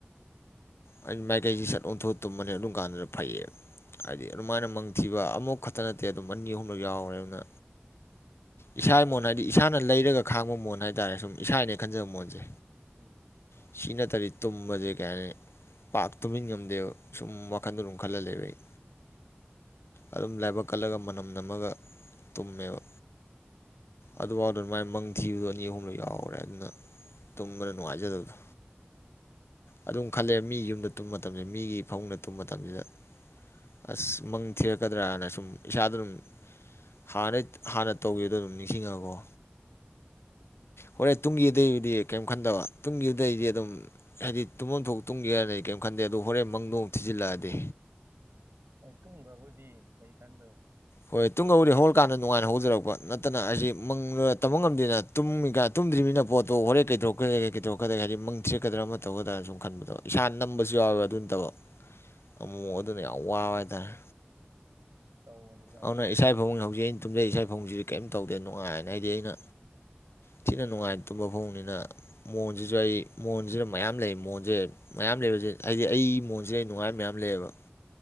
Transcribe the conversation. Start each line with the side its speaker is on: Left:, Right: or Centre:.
Left: ꯍꯥꯏ ꯃꯥꯏꯀꯩꯁꯤ ꯁꯠ ꯑꯣꯟꯊꯣꯛ ꯇꯨꯝꯕꯅꯦ ꯑꯗꯨꯝ ꯀꯥꯟꯗꯨꯗ ꯐꯩꯌꯦꯕ ꯍꯥꯏꯗꯤ ꯑꯗꯨꯃꯥꯏꯅ ꯃꯪꯊꯤꯕ ꯑꯃꯐꯛ ꯈꯛꯇ ꯅꯠꯇꯦ ꯑꯗꯨꯝ ꯑꯅꯤ ꯑꯍꯨꯝꯂꯛ ꯌꯥꯎꯈ꯭ꯔꯦ ꯑꯗꯨꯅ ꯏꯁꯥ ꯏꯃꯣꯟ ꯍꯥꯏꯗꯤ ꯏꯁꯥꯅ ꯂꯩꯔꯒ ꯈꯥꯡꯕ ꯃꯣꯟ ꯍꯥꯏꯇꯥꯔꯦ ꯁꯨꯝ ꯏꯁꯥꯅꯦ ꯈꯟꯖꯕ ꯃꯣꯟꯁꯦ
Right: ꯎꯝ
Left: ꯁꯤ ꯅꯠꯇ꯭ꯔꯗꯤ ꯇꯨꯝꯕꯁꯦ ꯀꯩ ꯍꯥꯏꯅꯤ ꯄꯥꯛ ꯇꯨꯝꯃꯤꯟ ꯉꯝꯗꯦꯕ ꯁꯨꯝ ꯋꯥꯈꯟꯗꯣ ꯑꯗꯨꯝ ꯈꯜꯍꯜꯂꯦꯕ ꯑꯩ ꯑꯗꯨꯝ ꯂꯥꯏꯕꯛ ꯀꯜꯂꯒ ꯃꯅꯝ ꯅꯝꯃꯒ ꯇꯨꯝꯃꯦꯕ ꯑꯗꯨꯐꯥꯎꯗ ꯑꯗꯨ ꯃꯥꯏ ꯃꯪ ꯊꯤꯕꯗꯣ ꯑꯅꯤ ꯑꯍꯨꯝꯗꯣ ꯌꯥꯎꯔꯦ ꯑꯗꯨꯅ ꯇꯨꯝꯕꯗ ꯅꯨꯡꯉꯥꯏꯖꯗꯕꯗꯣ ꯑꯗꯨꯝ ꯈꯜꯂꯦ ꯃꯤ ꯌꯨꯝꯗ ꯇꯨꯝꯕ ꯃꯇꯝꯁꯤꯗ ꯃꯤꯒꯤ ꯐꯃꯨꯡꯗ ꯇꯨꯝꯕ ꯃꯇꯝꯁꯤꯗ ꯑꯁ ꯃꯪ ꯊꯤꯔꯛꯀꯗ꯭ꯔꯥꯅ ꯁꯨꯝ ꯏꯁꯥꯗ ꯑꯗꯨꯝ ꯍꯥꯟꯅꯩ ꯍꯥꯟꯅ ꯇꯧꯈꯤꯕꯗꯣ ꯑꯗꯨꯝ ꯅꯤꯡꯁꯤꯡꯉꯒꯀꯣ ꯍꯣꯔꯦꯟ ꯇꯨꯡꯒꯤꯗꯩꯗꯨꯗꯤ ꯀꯔꯤꯝ ꯈꯟꯗꯕ ꯇꯨꯡꯒꯤꯗꯨꯗꯩꯗꯤ ꯑꯗꯨꯝ ꯍꯥꯏꯗꯤ ꯇꯨꯝꯐꯝ ꯊꯣꯛ ꯇꯨꯝꯒꯦ ꯍꯥꯏꯗꯤ ꯀꯔꯤꯝ ꯈꯟꯗꯦ ꯑꯗꯨ ꯍꯣꯔꯦꯟ ꯃꯪꯗꯣꯡ ꯊꯤꯖꯤꯜꯂꯛꯑꯗꯤ
Right: ꯍꯣꯏ ꯇꯨꯝꯒ꯭ꯔꯕꯨꯗꯤ ꯈꯟꯗꯣꯏꯅꯣ
Left: ꯍꯣꯏ ꯇꯨꯡ ꯍꯧꯔꯦ ꯍꯧꯛꯂꯀꯥꯟꯗ ꯅꯨꯉꯥꯏꯅ ꯍꯧꯖꯔꯛꯄ ꯅꯠꯇꯅ ꯑꯁꯤ
Right: ꯎꯝ
Left: ꯃꯪꯔ ꯇꯝꯕ ꯉꯝꯗꯦ ꯇꯨꯝꯃꯤ ꯀꯥꯏ ꯇꯨꯝꯗ꯭ꯔꯤꯕꯅꯤꯅ ꯄ‌ꯣꯠꯇꯣ ꯍꯣꯔꯦꯟ ꯀꯩ ꯀꯩꯗꯧꯔꯛꯀꯗꯒ‌ꯦ ꯀꯩꯗꯧꯔꯛꯀꯗꯒ‌ꯦ ꯍꯥꯏꯗꯤ ꯃꯪ ꯊꯦꯠꯀꯗ꯭ꯔꯥ ꯑꯃ
Right: ꯃꯥꯅꯦ
Left: ꯇꯧꯒꯗꯥꯅ ꯁꯨꯝ ꯈꯟꯕꯗꯕ ꯏꯁꯥ ꯅꯝꯕꯁꯨ ꯌꯥꯎꯋꯦꯕ ꯑꯗꯨ ꯅꯠꯇꯕ ꯑꯃꯨꯛ ꯑꯗꯨꯅ ꯌꯥꯝ ꯋꯥꯕ ꯍꯥꯏꯇꯥꯔꯦ
Right: ꯑ
Left: ꯑꯅ ꯏꯁꯥꯏꯥꯕꯨꯡꯕ ꯍꯧꯖꯤꯛ ꯑꯩꯅ ꯇꯨꯝꯖꯩ ꯏꯁꯥ ꯐꯧꯁꯤꯗꯤ ꯀꯩꯝ ꯇꯧꯗꯦ ꯅꯨꯡꯉꯥꯏꯅ ꯍꯥꯏꯗꯤ ꯑꯩꯅ ꯊꯤꯅ ꯅꯨꯡꯉꯥꯏ ꯇꯨꯝꯕ ꯐꯣꯡꯅꯤꯅ ꯃꯣꯟꯁꯤꯁꯨ ꯑꯩ ꯃꯣꯟꯁꯤꯅ ꯃꯌꯥꯝ ꯂꯩ ꯃꯣꯟꯁꯦ ꯃꯌꯥꯝ ꯂꯩꯕꯁꯦ ꯍꯥꯏꯗꯤ ꯑꯩ ꯃꯣꯟꯁꯤꯗ ꯑꯩ ꯅꯨꯡꯉꯥꯏꯕ ꯃꯌꯥꯝ ꯂꯩꯌꯦꯕ